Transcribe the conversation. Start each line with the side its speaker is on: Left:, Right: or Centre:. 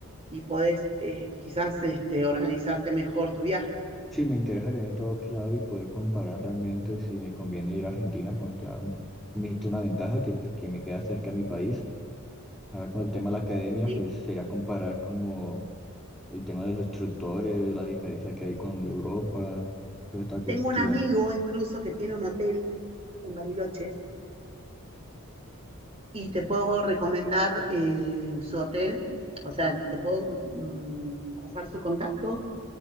Right: y podés eh, quizás este, organizarte mejor tu viaje.
Centre: sí me interesa tener todo claro y poder comparar realmente si me conviene ir a Argentina, como ya me diste una ventaja que, pues, que me queda cerca a mi país. Ahora con el tema de la academia,
Right: ¿sí?
Centre: pues sería comparar como el tema de los instructores, la diferencia que hay con Europa, toda esta cuestión.
Right: Tengo un amigo incluso que tiene un hotel en Bariloche y te puedo recomendar eh, su hotel, o sea, te puedo mm, pasar su contacto